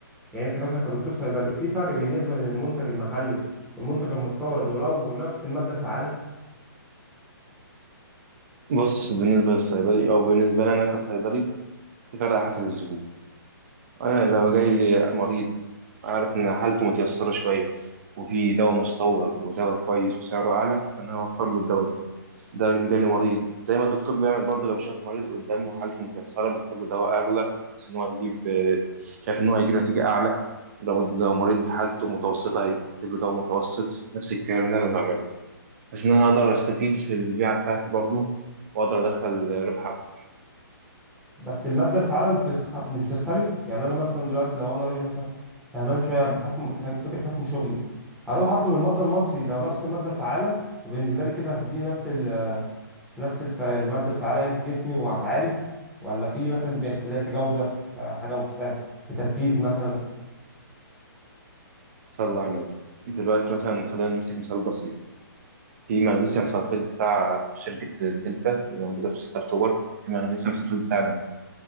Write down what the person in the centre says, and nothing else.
يعني انت مثلا كدكتور صيدلي في فرق بالنسبه من المنتج المحلي والمنتج المستورد ولو نفس الماده الفعاله
بس المادة الفعالة مش بتخ... مش بتختلف يعني أنا مثلا دلوقتي لو أنا راجل مثلا فهمان شوية بحكم ف- فكرة حكم شغلي هروح أطلب المادة المصري لو نفس المادة الفعالة وبالنسبة لي كده هتديني نفس ال... نفس الف... المادة الفعالة يعني في جسمي وهتعالج ولا في مثلا باختلاف في جودة في حاجة مفتاح في تركيز مثلا